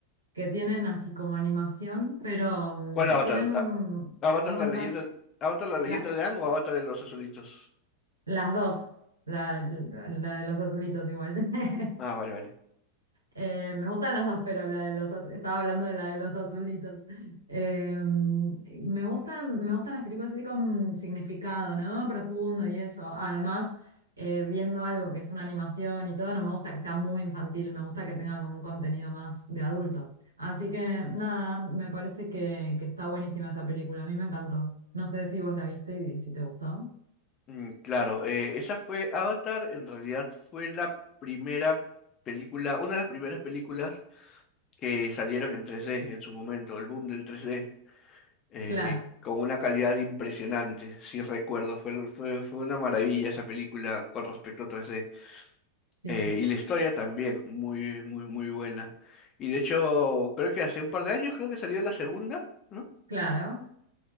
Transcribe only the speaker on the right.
que tienen así como animación, pero mm,
tienen un,
un
mensaje.
La-
Las dos, la, la- la de los azulitos igual. <laughs>
Eh, me gustan las dos, pero la de los az- estaba hablando de la de los azulitos. Eh, me gustan, me gustan las películas así con significado, ¿no? Profundo y eso. Además, eh, viendo algo que es una animación y todo, no me gusta que sea muy infantil, me gusta que tenga como un contenido más de adulto. Así que nada, me parece que, que está buenísima esa película. A mí me encantó. No sé si vos la viste y si te gustó.
Claro,
sí,
claro.